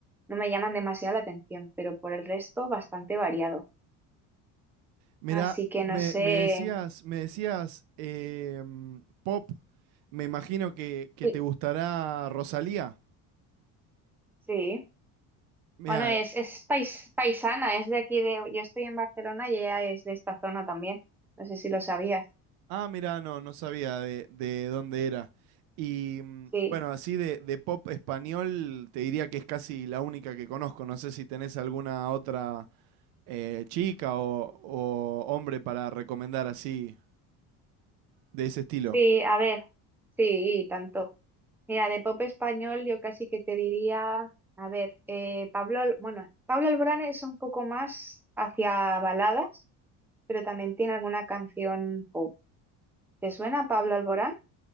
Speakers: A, in the centre; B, on the right.
A: no me llaman demasiado la atención, pero por el resto bastante variado.
B: Mirá,
A: Así que
B: me,
A: no sé.
B: me decías, me decías em, pop, me imagino que, que
A: Sí.
B: te gustará Rosalía.
A: Sí.
B: Mira,
A: Bueno, es, es pais- paisana, es de aquí de. Yo estoy en Barcelona y ella es de esta zona también. No sé si lo sabías.
B: Ah, mirá, no, no sabía de, de dónde era. Y mm,
A: Sí,
B: bueno, así de, de pop español, te diría que es casi la única que conozco. No sé si tenés alguna otra eh, chica o, o hombre para recomendar así, de ese estilo.
A: sí, a ver. Sí, tanto. Mira, de pop español yo casi que te diría. A ver, eh, Pablo. Al- Bueno, Pablo Alborán es un poco más hacia baladas, pero también tiene alguna canción pop. ¿Te suena Pablo Alborán?